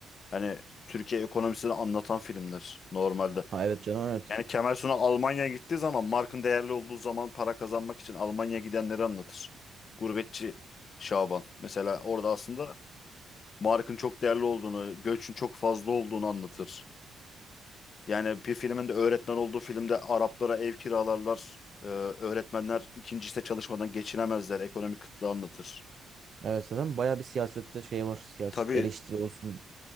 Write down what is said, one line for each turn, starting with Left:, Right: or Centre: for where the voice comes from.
Left: Hani Türkiye ekonomisini anlatan filmler normalde.
Right: Ha evet canım evet.
Left: Yani Kemal Sunal Almanya'ya gittiği zaman markın değerli olduğu zaman para kazanmak için Almanya'ya gidenleri anlatır. Gurbetçi Şaban. Mesela orada aslında markın çok değerli olduğunu, göçün çok fazla olduğunu anlatır. Yani bir filmin de öğretmen olduğu filmde Araplara ev kiralarlar. Ee, öğretmenler ikinci işte çalışmadan geçinemezler. Ekonomik kıtlığı anlatır.
Right: Evet zaten bayağı bir siyasette şey var. Siyaset
Left: Tabii
Right: eleştiri olsun.